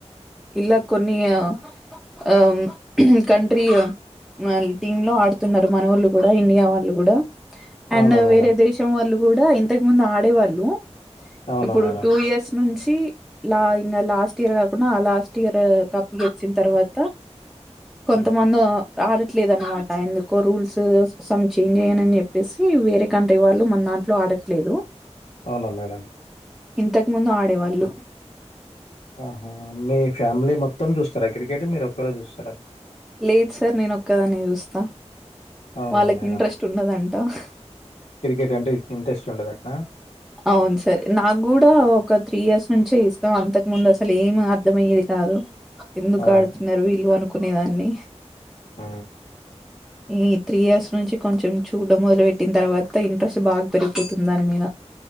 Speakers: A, in the centre; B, on the left.
A: ఇళ్ళకు కొన్ని ఆ ఆ కంట్రీ నాన్ టీమ్ లో ఆడుతున్నారు. మన వోళ్ళు కూడా ఇండియా వాళ్ళు కూడా
B: అవునా
A: అండ్
B: మేడం
A: వేరే దేశం వాళ్ళు. కూడా ఇంతకు ముందు ఆడేవాళ్ళు.
B: అవునా
A: ఇప్పుడు
B: మేడం
A: టూ ఇయర్స్ నుంచి టి లా ఇంగా లాస్ట్ ఇయర్ కాకుండా ఆ లాస్ట్ ఇయర్ కప్పు గెలిచిన తర్వాత. కొంతమందో
B: ఉమ్,
A: ఆడట్లేదు అనమాట ఎందుకో రూల్స్ సం చేంజ్ అయ్యానని చెప్పేసి వేరే కంట్రీ వాళ్ళు మన దాంట్లో ఆడట్లేదు.
B: అవునా మేడమ్.
A: ఇంతకుముందు ఆడేవాళ్ళు.
B: ఆహా మీ ఫ్యామిలీ మొత్తం జూస్తారా క్రికెట్ మీరు ఒక్కరే జూస్తారా.
A: లేదు సార్. నేను ఒక్కదాన్ని జూస్తా.
B: అవునా
A: వాళ్ళకి
B: మేడం
A: ఇంట్రెస్ట్ ఉండదండి. <inaudible>
B: క్రికెట్ అంటే ఇంట్రెస్ట్ ఉండదు అంటన
A: అవును సార్ నాకు గూడా ఒక త్రీఇయర్స్ నుంచి ఇస్తాం అంతకు ముందు అసలు ఏమి అర్థమయ్యేది కాదు ఎందుకు
B: అవునా
A: ఆడుతున్నారు వీల్లు అను కునేదాన్ని
B: ఆ
A: ఈ త్రీ ఇయర్స్ నుంచి కొంచెం చూడడం మొదలు పెట్టిన తర్వాత ఇంట్రెస్ట్ బాగా పెరిగిపోతుంది దాని మీద